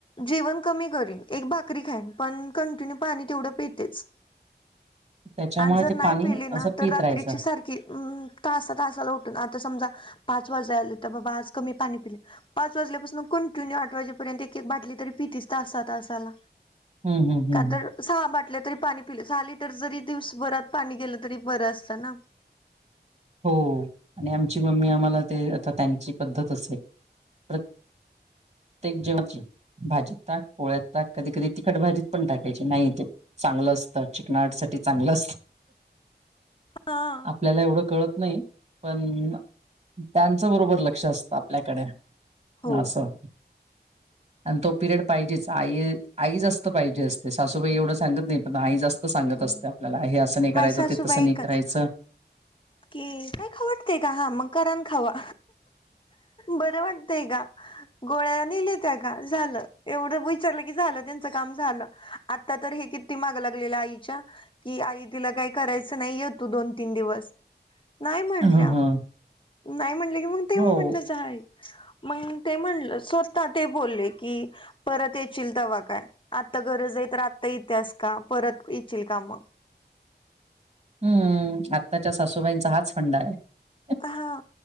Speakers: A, on the left (about 30°); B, on the right (about 40°).
A: जेवण कमी करेन. एक भाकरी खाईन पण, कंटिन्यू पाणी तेवढं पितेच.
B: त्याच्यामुळे
A: आणि जर
B: ते
A: नाही
B: पाणी
A: पेली ना
B: असं पित
A: तर रात्रीची
B: राहायचं.
A: सारखी हम् तासा तासाला उठून आता समजा पाच वाजाय आले तर बाबा आज कमी पाणी पिले -- पाच वाजल्यापासून कंटिन्यू आठ वाजेपर्यंत एक एक बाटली तरी पितीचं तासा तास- - साला
B: हम्म हम्म हम्म.
A: का तर सहा बाटल्या तरी पाणी पिले सहा लिटर जरी दिवसभरात पाणी गेलं तरी बरं असतं ना.
B: हो आणि आमची मम्मी आम्हाला ते आता त्यांची पद्धत असेल प्र त्येक जेवची -- भाजी ताक, पोळ्यात ताक कधी कधी तिखट भाजीत पण टाकायचे नाही तेे चांगलं असतं. चिकनाट साठी चांगलं असत.
A: हा.
B: आपल्याला एवढं कळत नाही. पण त्यांचं बरोबर लक्ष असतं आपल्याकडे
A: हो
B: असं. आणि तो पिरियड पाहिजेच. आई आई जास्त पाहिजे असते सासूबाई एवढं सांगत नाही पण आई जास्त सांगत
A: नाही
B: असते आपल्याला हे असं नाही करायचं
A: माझी सासूबाई
B: ते तसं नाही
A: एकच
B: करायचं.
A: की काय खाव वाटतय का हा मग करा अन खावा! बरं वाटतंय का गोळ्या नेल्यात्या का झालं. एवढं विचारलं की झालं त्यांचं काम झालं आता तर हे किती माग लागलेल्या आईच्या कि आई तिला काही करायचं नाही य तु दोन तीन दिवस. नाही म्हटल्या
B: ह ह
A: नाही म्हटले की मग तेव्हा
B: हो
A: म्हटलं जा आई. मग ते म्हणलं स्वतः ते बोलले की परत येचीलतवा काय आत्ता गरज आहे तर आत्ता येतेस का परत येचील का मग?
B: हम्म आत्ताच्या सासूबाईंचा हाच फंडा आहे
A: हा